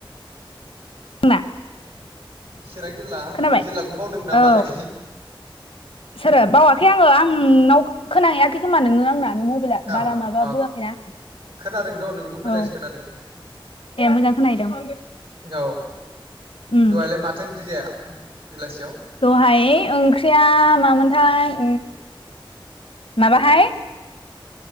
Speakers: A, on the left (about 80°); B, on the right (about 80°).
A: आंना।
B: चिरां जिल्ला
A: खोनाबाय
B: जिल्लाखौनो बावदों नामालै?
A: औ सोरो बावाखै आङो आं नोंनाव खोनाहैआखै खोमा नोङो आंना। मबाइला बारा
B: औ
A: माबा
B: अ
A: बोआखैना
B: खोनादोंथ' नों। बेखौ मोजांसो
A: औ
B: खोनादों।
A: ए मोजां खोनाहैदों।
B: औ
A: उम
B: दहायलाय माथो ओंख्रि जाया? बेलासियाव
A: दहाय। ओंख्रिया मामोनथाय उम। माबाहाय